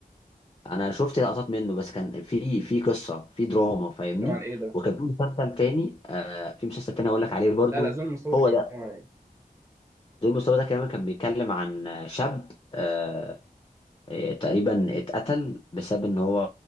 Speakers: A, on the left; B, on the right.
A: انا شفت لقطات منه بس كان في في قصه في دراما فاهمني
B: بيتكلم عن ايه ده؟
A: وكان في مسلسل تاني آه في مسلسل تاني هقول لك عليه برضو
B: لا لا ظلم المستوى
A: هو
B: ده كان
A: ده
B: بيتكلم عن ايه؟
A: دور مصطفى ده كمان كان بيتكلم عن شاب آه آه، تقريبا اتقتل بسبب ان هو